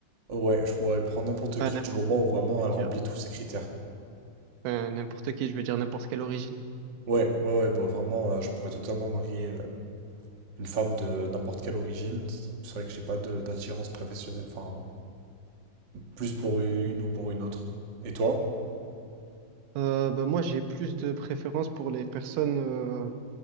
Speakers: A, on the right; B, on the right.
A: Ouais, je pourrais prendre n'importe
B: Enfin,
A: qui
B: n'importe-
A: du moment où vraiment
B: je veux
A: elle
B: dire,
A: remplit tous ses critères.
B: euh, n'importe qui, je veux dire n'importe quelle origine.
A: Ouais, ouais, ouais, bah vraiment, euh, je pourrais totalement marier euh, une femme de n'importe quelle origine. C'est vrai que j'ai pas de- d'attirance professionnelle, enfin, plus pour une ou pour une autre. Et toi?
B: Euh, bah, moi, j'ai plus de préférence pour les personnes euh,